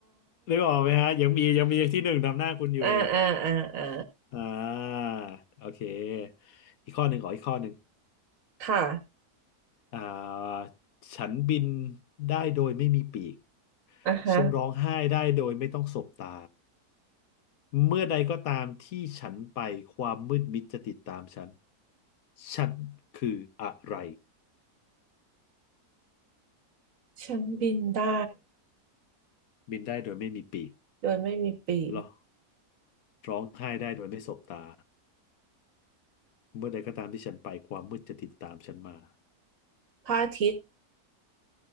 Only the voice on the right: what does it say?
อ่าอ่าอ่าอ่า
ค่ะ
อ่ะฮะ
ฉันบินได้
โดยไม่มีปีก
พระอาทิตย์